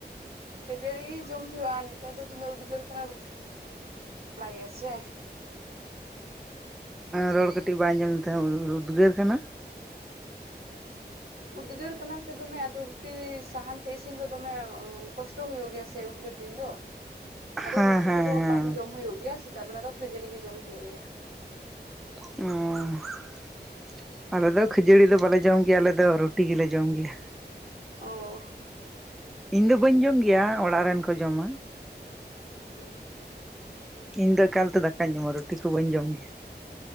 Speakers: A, on the right; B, in the centre.
A: ᱠᱷᱟᱹᱡᱟᱹᱲᱤ ᱜᱮ ᱡᱚᱢ ᱦᱩᱭᱩᱜᱼᱟ ᱱᱮᱛᱟᱨ ᱫᱚ ᱫᱚᱢᱮ ᱩᱫᱽᱜᱟᱹᱨ ᱠᱟᱱᱟ, ᱨᱩ ᱵᱟ ᱜᱮᱭᱟ ᱥᱮ
B: ᱨᱚᱲ ᱠᱟᱹᱴᱤᱡ ᱵᱟᱭ ᱟᱡᱚᱢ ᱞᱮᱱ ᱛᱟᱦᱮᱸ ᱩᱫᱽᱜᱟᱹᱨ ᱠᱟᱱᱟ᱾
A: ᱩᱫᱽᱜᱟᱹᱨ ᱠᱟᱱᱟ ᱥᱮ ᱫᱚᱢᱮ ᱟᱫᱚ ᱨᱩᱴᱤ ᱥᱟᱦᱟᱱ ᱛᱮ ᱤᱥᱤᱱ ᱫᱚ ᱫᱚᱢᱮ, ᱠᱚᱥᱴᱚ ᱦᱩᱭᱩᱜ ᱜᱮᱭᱟ ᱥᱮ ᱩᱫᱽᱜᱟᱹᱨ ᱫᱤᱱ ᱫᱚ᱾ ᱟᱫᱚ
B: ᱦᱮᱸ
A: ᱨᱩᱴᱤ
B: ᱦᱮᱸ
A: ᱠᱚᱫᱚ
B: ᱦᱮᱸ
A: ᱵᱟᱝ ᱡᱚᱢ ᱦᱩᱭᱩᱜ ᱜᱮᱭᱟ ᱥᱮᱛᱟᱜ ᱵᱮᱲᱟ ᱫᱚ, ᱠᱷᱟᱹᱡᱟᱹᱲᱤ ᱜᱮ ᱡᱚᱢ ᱦᱩᱭᱩᱜ ᱜᱮᱭᱟ᱾
B: ᱚᱪᱴ <unintelligible> ᱟᱞᱮ ᱫᱚ ᱠᱷᱟᱹᱡᱟᱹᱲᱤ ᱫᱚ ᱵᱟᱞᱮ ᱡᱚᱢ ᱜᱮᱭᱟ, ᱟᱞᱮ ᱫᱚ ᱨᱩᱴᱤ ᱜᱮᱞᱮ ᱡᱚᱢ ᱜᱮᱭᱟ᱾
A: ᱚᱻ᱾
B: ᱤᱧ ᱫᱚ ᱵᱟᱹᱧ ᱡᱚᱢ ᱜᱮᱭᱟ ᱚᱲᱟᱜ ᱨᱮᱱ ᱠᱚ ᱡᱚᱢᱟ᱾
A: <unintelligible>
B: ᱤᱧᱫᱚ ᱮᱠᱟᱞᱛᱮ ᱫᱟᱠᱟᱧ ᱡᱚᱢᱟ ᱨᱩᱴᱤ ᱠᱚ ᱵᱟᱹᱧ ᱡᱚᱢ ᱜᱮᱭᱟ᱾